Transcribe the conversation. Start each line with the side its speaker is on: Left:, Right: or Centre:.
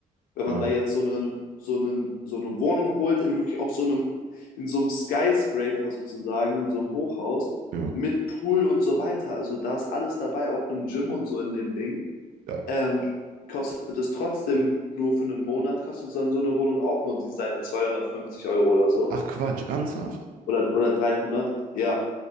Left: wenn man
Right: Ja,
Left: da jetzt so einen, so einen, so eine Wohnung holt, in wirklich auch so einem, in so einem Skyscraper sozusagen, in so einem Hochhaus,
Right: ja,
Left: mit Pool und so weiter, also da ist alles dabei, auch ein Gym und so in dem Ding.
Right: geil.
Left: ähm, kostet es trotzdem nur für einen Monat, kostet dann so eine Wohnung auch nur seine 250 Euro oder so.
Right: Ach Quatsch, ernsthaft?
Left: Oder, oder dreihundert ja.